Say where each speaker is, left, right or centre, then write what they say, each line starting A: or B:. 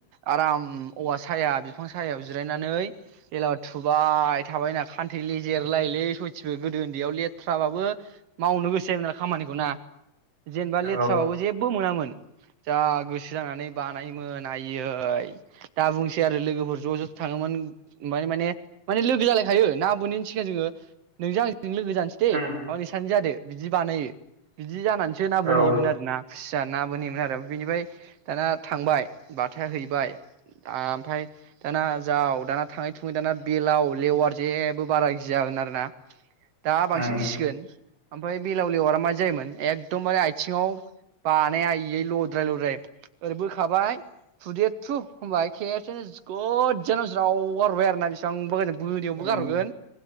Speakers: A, on the right; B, on the right.
A: आराम औवा साया बि बिफां सायाव जिरायनानै जला थुबाय थाबायना खान्थै लेजेरलायोलै सयथि ओ गोदो उन्दैयाव लेथ्राबाबो मावनो गोसो जायोमोन आरो खामानिखौ ना। जेनेबा
B: औ
A: लेथ्राबाबो जेबो मोनामोन। जा गोसो जानानै बानायोमोन आयइै दा बुंसै आरो लोगोफोर ज' ज' थाङोमोन म मानि माने माने लोगो जालायखायो ना बोनैनि सिगां जोङो। नोंजों आंजों जों लोगो जानोसै दे
B: उम
A: अ नोंसोर सानैजों जादो। बिदि बानायो बिजि जानानैसो ना बोनहोयोमोन
B: औ
A: आरो ना। खुसिया ना बोनहैयोमोन आरो बेनिफ्राय दाना थांबाय बाथाया हैबाय आमफाय दाना जाव दाना थाङै थुङै दाना बेलाव लेवार जेबो बारा गियामोन आरोना। दा बांसिन
B: उम
A: गिसिगोन ओमफाय बेलाव लिवरा माबै जायोमोन एखदमबारे आथिङाव बानायायै लद्राय लद्राय ओरै बोखाबाय फुदेर थु होनबाय खेबसेनो गोजानाव ज्राव गारहरबाय आरोना बेसेबांबा गोजान बोरियावबो
B: उम
A: गारहरगोन